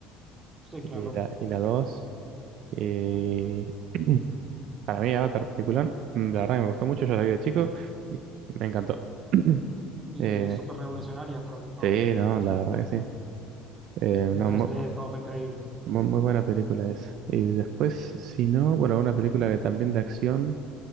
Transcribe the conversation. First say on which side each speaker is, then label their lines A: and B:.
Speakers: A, on the right; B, on the right.
A: sí, claro.
B: Y la, y la 2. eh, <clears throat> para mí Avatar, peliculón, mm, la verdad que me gustó mucho, yo la vi de chico y me encantó. <clears throat>
A: y
B: Eh,
A: súper revolucionaria tras de todo.
B: sí,
A: O
B: no,
A: sea,
B: la verdad que sí.
A: ¿no?
B: Eh,
A: con
B: no,
A: el 3D
B: mu-
A: todo fue increíble.
B: mu- muy, buena película esa. Y después, si no, bueno, una película que también de acción,